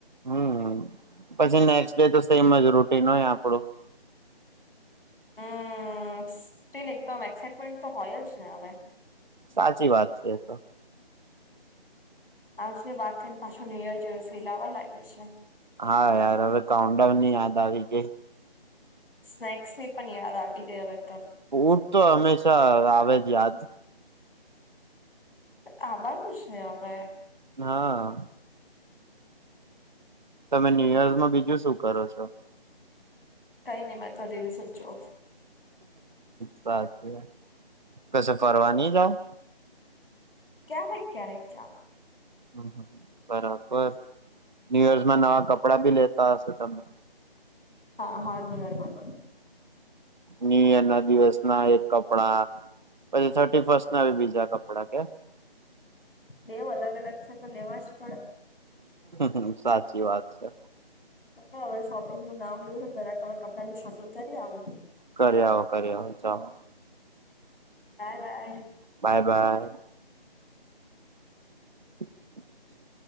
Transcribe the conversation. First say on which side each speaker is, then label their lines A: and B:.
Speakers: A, on the right (about 50°); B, on the left (about 60°).
A: હમ પછી નેક્સ્ટ ડે તો સેમ જ રૂટીન હોય આપણું.
B: હમ સ્ટીલ એકદમ એક્સાઈટમેન્ટ તો હોય જ ને હવે.
A: સાચી વાત છે એ તો.
B: આજ વાતને પાછું નીયર જોયું ફેલ આવ્યા લાગી છે.
A: હા યાર હવે કાઉન્ટડાઉન ની યાદ આવી ગઈ.
B: સ્નેક્સ ની પણ યાદ આવી ગઈ હવે તો.
A: ઉર તો હંમેશા આવે જ યાદ.
B: આવવાનું જ ને હવે.
A: હા. તમે ન્યુ ઈયર માં બીજું શું કરો છો.
B: કઈ નહીં રિલસ જોઈ.
A: સાચું. કશે ફરવા નહી જાવું?
B: ક્યારેક ક્યારેક જય.
A: હ બરાબર ન્યુ યર નવા કપડા ભી લેતા હસ તમે?
B: હા હર ન્યુયર માં તમે?
A: ન્યૂ ઈયર ના દિવસ ના એક કપડા પછી થર્ટી ફસ્ટ ના બીજા કપડા કે?
B: દેવ અલગ અલગ છે તો લેવા જ <inaudible>
A: હ સાચી વાત છે.
B: ચ હવે શોપિંગ નું નામ લે જરા કપડા ની શોપિંગ કરી આવું.
A: કર આવો કર આવો ચાલો.
B: હા ના.
A: Bye bye. <inaudible>